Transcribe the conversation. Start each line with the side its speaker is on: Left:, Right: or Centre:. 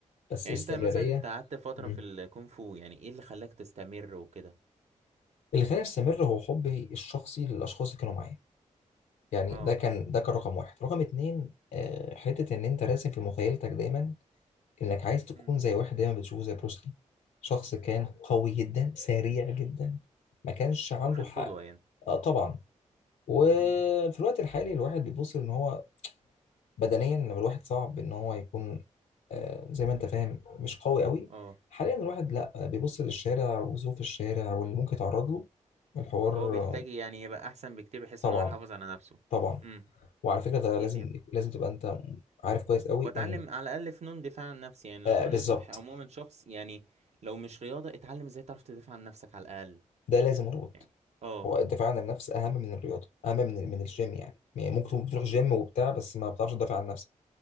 Left: بس
Right: يعني
Left: الاستمرارية
Right: انت مثلا انت قعدت فترة
Left: مم.
Right: في الكونغ فو يعني ايه اللي خلاك تستمر وكده
Left: اللي خلاني استمر هو حبي الشخصي للاشخاص اللي كانوا معايا يعني
Right: اه
Left: ده كان ده كان رقم واحد رقم اتنين آه، حته ان انت راسم في مخيلتك دايما انك عايز تكون
Right: امم
Left: زي واحد دايما بتشوفه زي بروسلي شخص كان قوي جدا سريع جدا ما كانش عنده
Right: واخد
Left: حق
Right: قدوة يعني
Left: اه طبعا وفي
Right: امم
Left: الوقت الحالي الواحد بيبص ان هو بدنيا لما الواحد صعب ان هو يكون آه، زي ما انت فاهم مش قوي قوي
Right: اه
Left: حاليا الواحد لا بيبص للشارع وظروف الشارع واللي ممكن يتعرض له الحوار
Right: فهو بيحتاج يعني يبقى احسن بكتير بحيث
Left: طبعا
Right: ان هو يحافظ على نفسه
Left: طبعا
Right: امم
Left: وعلى فكره ده
Right: اكيد
Left: لازم
Right: يعني
Left: لازم تبقى انت عارف كويس قوي
Right: واتعلم
Left: ان
Right: على الاقل فنون دفاع عن نفسي يعني
Left: آه
Right: لو هننصح
Left: بالظبط
Right: عموما شخص يعني لو مش رياضة اتعلم ازاي تعرف تدافع عن نفسك على الاقل
Left: ده لازم ربط
Right: يعني اه
Left: هو الدفاع عن النفس اهم من الرياضه اهم من من الجيم يعني يعني ممكن تكون بتروح
Right: بز-
Left: جيم وبتاع بس ما بتعرفش تدافع عن نفسك